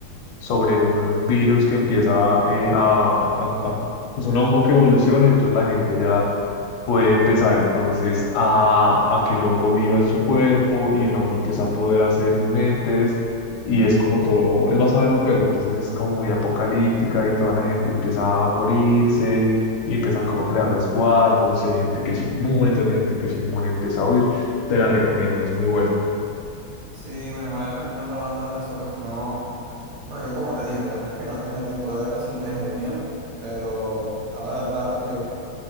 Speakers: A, on the left; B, on the right.
A: sobre un virus que empieza eh, a, a- a- a- Es un hongo que evoluciona, entonces la gente ya puede empezar entonces a, a que el hongo viva en su cuerpo y el hongo empieza a apoderarse de sus mentes y es como todo, es basado en un juego, entonces es como muy apocalíptica y toda la gente empieza a morirse y empiezan como a crear resguardos y hay gente que es inmune, entonces la gente que es inmune empieza a huir. Te la recomiendo, es muy buena.
B: Sí, bueno, me la han recomendado bastante, solo que no. Bueno, yo como te dije, pues no es que no tenga tiempo de verla, sí tengo tiempo, pero ahora al rato que,